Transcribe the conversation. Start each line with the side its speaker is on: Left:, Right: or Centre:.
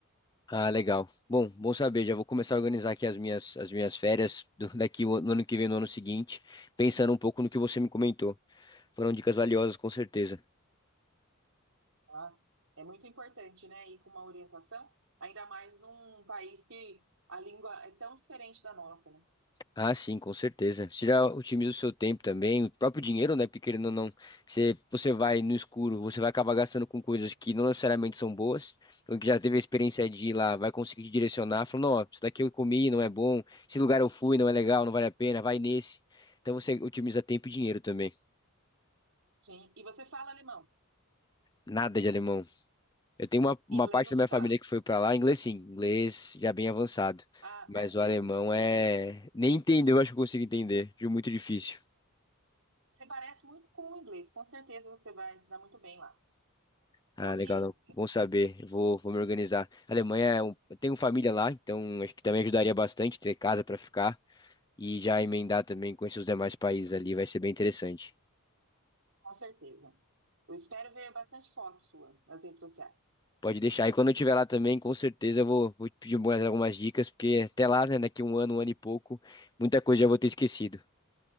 Left: Ah, legal. Bom, bom saber. Já vou começar a organizar aqui as minhas, as minhas férias do- daqui o- no ano que vem, no ano seguinte, pensando um pouco no que você me comentou. Foram dicas valiosas, com certeza.
Right: tá? É muito importante, né? Ir com uma orientação, ainda mais num país que a língua é tão diferente da nossa, né?
Left: Ah, sim, com certeza. Você já otimiza o seu tempo também, o próprio dinheiro, né? Porque querendo ou não, você, você vai no escuro, você vai acabar gastando com coisas que não necessariamente são boas. Então, que já teve a experiência de ir lá, vai conseguir te direcionar, falando, ó, isso daqui eu comi, não é bom, esse lugar eu fui, não é legal, não vale a pena, vai nesse. Então você otimiza tempo e dinheiro também.
Right: Sim. E você fala alemão,
Left: Nada de alemão. Eu tenho uma, uma
Right: inglês
Left: parte
Right: você
Left: da minha
Right: fala.
Left: família que foi pra lá, inglês sim, inglês já bem avançado.
Right: Ah,
Left: Mas
Right: perfeito,
Left: o alemão
Right: perfeito.
Left: é. Nem entendeu, <laughs> acho que eu consigo entender. Viu? Muito difícil.
Right: Você parece muito com o inglês, com certeza você vai se dar muito bem lá.
Left: Ah,
Right: Pode
Left: legal,
Right: ir.
Left: não. Bom saber. Vou, vou me organizar. A Alemanha, é um- eu tenho família lá, então acho que também ajudaria bastante ter casa para ficar e já emendar também com esses demais países ali, vai ser bem interessante.
Right: Com certeza. Eu espero ver bastante foto sua nas redes sociais.
Left: Pode deixar. E quando eu estiver lá também, com certeza eu vou, vou te pedir mais algumas dicas, porque até lá, né, daqui um ano, um ano e pouco, muita coisa já vou ter esquecido.